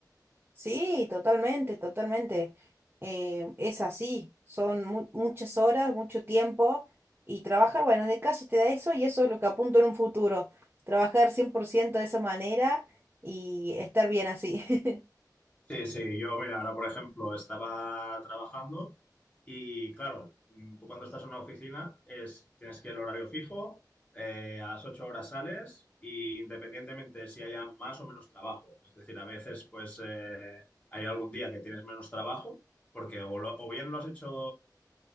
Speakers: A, on the right (about 25°); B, on the left (about 20°).
A: Sí, totalmente, totalmente. Eh, es así, son mu- muchas horas, mucho tiempo y trabajar, bueno, de casa te da eso y eso es lo que apunto en un futuro, trabajar 100% de esa manera y estar bien así. <laughs>
B: Sí, sí, yo, mira, ahora por ejemplo estaba trabajando y claro, mm, tú cuando estás en una oficina es, tienes que el horario fijo, eh, a las 8 horas sales y independientemente si haya más o menos trabajo. Es decir, a veces pues eh, hay algún día que tienes menos trabajo porque o, lo- o bien lo has hecho